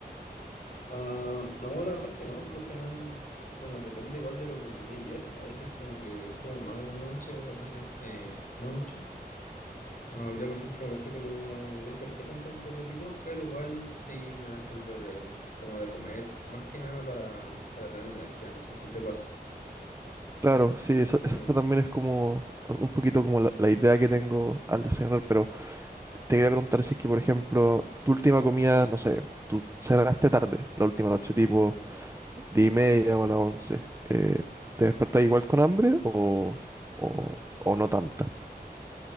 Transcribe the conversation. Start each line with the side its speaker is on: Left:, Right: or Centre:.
Left: Ah, no, la verdad es que no, por lo general, bueno, depende igual de lo que comí ayer. A veces como que como mal en la noche, otras veces eh, no mucho. No, hoy día, por ejemplo, me pasó que no me desperté con tanto apetito, pero igual sí me aseguro de como de comer, más que nada para, para tener energía. No sé si te pasa.
Right: Claro, sí, esa,
Left: Como-
Right: esa también es como un poquito como la, la idea que tengo al desayunar, pero te quería preguntar si es que, por ejemplo, tu última comida, no sé, tú cenaste tarde la última noche, tipo. diez y media o a las once. Eh, ¿te despertás igual con hambre o, o, o no tanta?